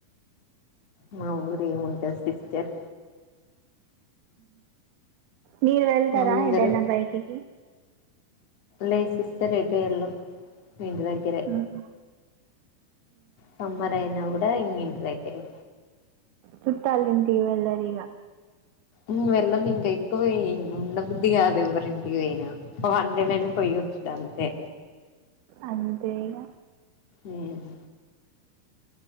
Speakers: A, on the left; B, on the right.
A: మా ఊరు ఏం ఉంటాది సిస్టర్
B: మీరు వెళ్తారా
A: అందరూ
B: ఎటైనా బయటకి
A: లేద్ సిస్టర్ ఎట్టు వెళ్ళాం ఇంటి దగ్గరే
B: మ్మ్.
A: సమ్మెర్ అయిన కూడా ఇ ఇంటి దగ్గరే
B: చుట్టాలింటి వెళ్ళర్ ఇగ
A: ఉమ్ వెళ్ళం ఇంకా ఎక్కువ ఎ ఉండ బుద్ది కాదు ఎవ్వరింటికి పోయినా వన్డే పోయొచ్చ అంతే
B: అంతే ఇగ
A: ఉమ్